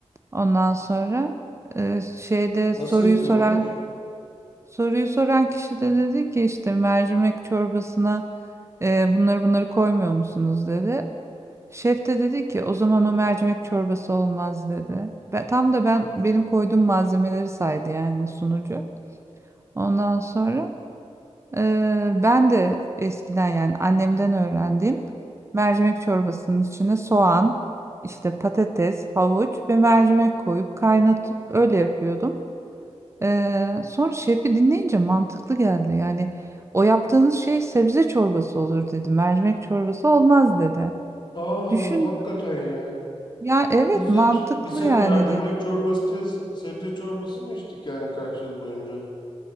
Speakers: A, on the right; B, on the left.
A: Ondan sonra e, şeyde soruyu
B: nasıl yapıyormuş?
A: soran soruyu soran kişi de dedi ki işte mercimek çorbasına e, bunları bunları koymuyor musunuz dedi. Şef de dedi ki o zaman o mercimek çorbası olmaz dedi. Ve tam da ben benim koyduğum malzemeleri saydı yani sunucu. Ondan sonra eee, ben de eskiden yani annemden öğrendiğim mercimek çorbasının içine soğan, işte patates, havuç ve mercimek koyup kaynatıp öyle yapıyordum. Eee, sonra şefi dinleyince mantıklı geldi. Yani o yaptığınız şey sebze çorbası olur dedi. Mercimek çorbası olmaz dedi.
B: Aa,
A: Düşün
B: hakikaten ya.
A: Ya evet
B: Biz
A: mantıklı
B: hep biz hep
A: yani
B: mercimek
A: dedi.
B: çorbası diye se- sebze çorbası mı içtik yani kaç yıl boyunca?